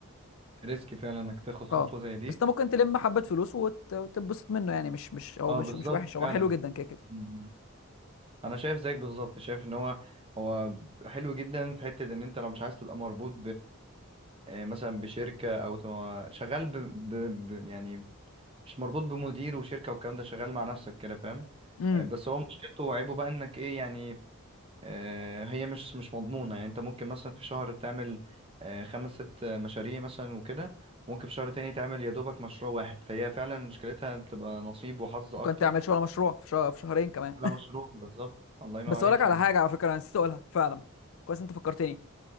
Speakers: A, on the right (about 25°); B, on the left (about 70°).
A: ريسك فعلا انك تاخد خطوة
B: اه
A: زي دي
B: بس انت ممكن تلم حبه فلوس وت- وتتبسط منه يعني مش مش هو
A: اه
B: مش
A: بالظبط
B: مش وحش هو
A: فعلا
B: حلو جدا كده كده
A: مم. انا شايف زيك بالظبط شايف ان هو هو حلو جدا في حتة ان انت لو مش عايز تبقى مربوط آه، مثلا بشركة أو تو- شغال ب... ب... ب... يعني مش مربوط بمدير وشركة والكلام ده شغال مع نفسك كده فاهم
B: امم
A: آه، بس هو مشكلته وعيبه بقى إنك إيه يعني آه، هي مش مش مضمونة يعني أنت ممكن مثلا في شهر تعمل آه، خمس ست مشاريع مثلا وكده ممكن في شهر تاني تعمل يا دوبك مشروع واحد فهي فعلا مشكلتها بتبقى نصيب وحظ أكتر
B: ممكن تعمل شغل مشروع في شه- في شهرين كمان
A: على
B: <laughs>
A: مشروع بالظبط الله ينور
B: بس
A: عليك
B: اقول لك على
A: يعني
B: حاجه على فكره انا نسيت اقولها فعلا كويس انت فكرتني